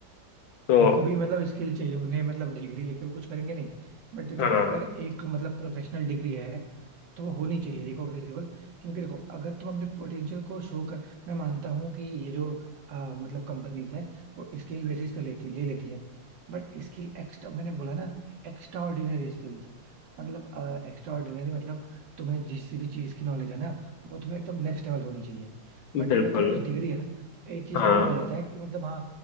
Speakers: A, on the left (about 80°); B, on the right (about 65°).
A: तो
B: उनको भी मतलब स्किल चाहिए उन्हें मतलब डिग्री लेके वो कुछ करेंगे नहीं बट देखो
A: हाँ
B: अगर एक मतलब प्रोफेशनल डिग्री है तो वो होनी चाहिए रिकॉग्नाइजेबल क्योंकि देखो अगर तुम अपने पोटेंशियल को शो कर मैं मानता हूँ कि ये जो आ, मतलब कंपनीज है वो स्किल बेसिस पे लेती ले लेती है बट स्किल एक्स्ट्रा मैंने बोला ना एक्स्ट्रा ऑर्डिनरी स्किल्स मतलब एक्स्ट्रा ऑर्डिनरी मतलब तुम्हें जिस भी चीज की नॉलेज है ना वो तुम्हें एकदम नेक्स्ट लेवल होनी चाहिए बट
A: बिल्कुल
B: अगर तुम्हें बस डिग्री है ना तो एक चीज
A: हाँ
B: थोड़ा हो जाता है कि मतलब हाँ